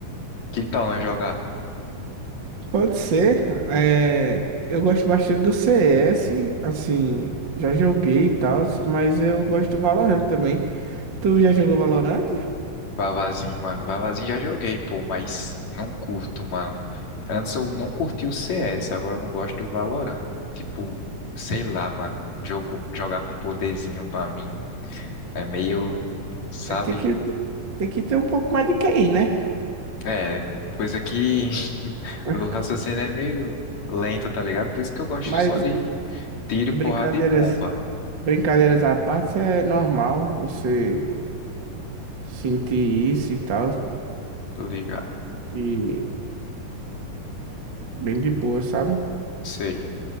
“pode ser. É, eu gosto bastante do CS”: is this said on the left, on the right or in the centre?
Right